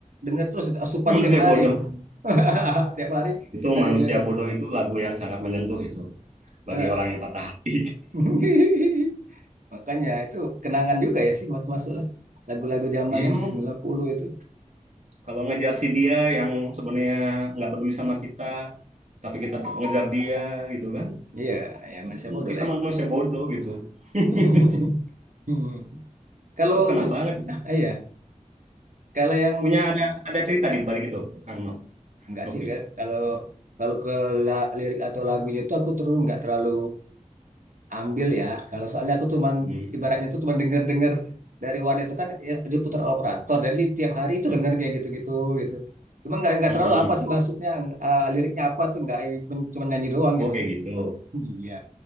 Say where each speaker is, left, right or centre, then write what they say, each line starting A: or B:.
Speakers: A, on the right; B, on the right.
A: dengar terus itu asupan
B: manusia
A: tiap
B: bodoh
A: hari. <laughs> Tiap hari
B: itu
A: kita
B: manusia
A: dengerin.
B: bodoh itu lagu yang sangat menyentuh itu bagi
A: Eh.
B: orang yang patah hati
A: <laughs> Makanya itu kenangan juga ya sih buat masuk lah. Lagu-lagu zaman
B: <laughs> ya emang
A: sembilan puluh itu.
B: kalau ngejar si dia yang sebenarnya nggak peduli sama kita tapi kita tetap ngejar dia gitu kan
A: Iya, ya manusia
B: itu kan
A: bodoh
B: kita
A: lah ya.
B: manusia bodoh gitu <laughs>
A: <laughs> Hmm. Kalau
B: Itu kena
A: mis
B: banget itu.
A: ah, iya, kalau yang
B: Punya ada ada cerita di balik itu, Kang No,
A: enggak
B: Novi.
A: sih kayak- kalau kalau ke la- lirik atau lagunya itu aku terus nggak terlalu ambil ya. Kalau soalnya aku cuman
B: Hmm.
A: ibaratnya tuh cuman denger-denger dari wadah itu kan ya, dia putar operator. Jadi tiap hari itu denger kayak gitu-gitu gitu. Cuma nggak nggak
B: Mm-mm.
A: terlalu apa sih maksudnya eh, liriknya apa tuh nggak ini, cuman cuman nyanyi doang gitu.
B: Oke gitu.
A: Iya.